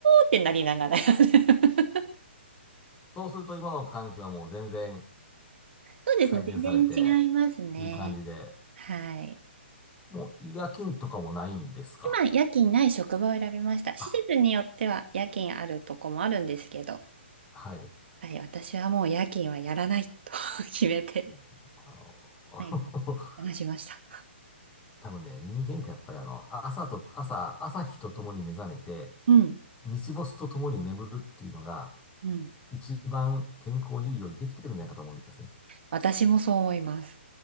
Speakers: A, on the right; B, on the left.
A: ってなりながら。<laughs> そう
B: そうすると今の環境はもう全然
A: そうですね。
B: 改善されて、
A: 全然違いますね。
B: いい感じで、
A: はい。
B: もう夜勤とかもないんですか
A: 今、夜勤ない職場を選びました。施設によっては夜勤あるとこもあるんですけど、
B: あ、はい。
A: はい、私はもう夜勤はやらないと <laughs> 決めて、
B: えーあの
A: はい、
B: <laughs>
A: 話しました。
B: 多分ね、人間ってやっぱりあの、朝と、朝、朝日と共に目覚めて、
A: うん、
B: 日没とともに眠るっていうのが、
A: うん。
B: 一番健康にいいようにできてるんじゃないかと思うんですね。
A: 私もそう思います。